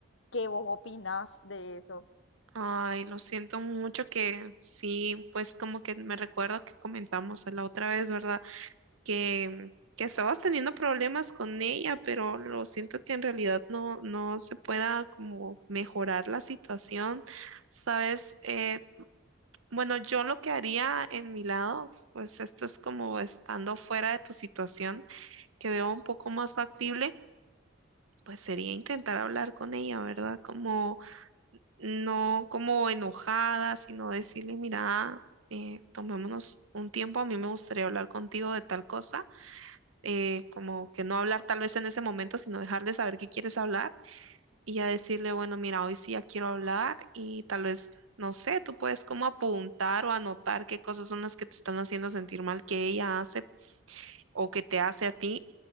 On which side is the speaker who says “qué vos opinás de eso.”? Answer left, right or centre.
Left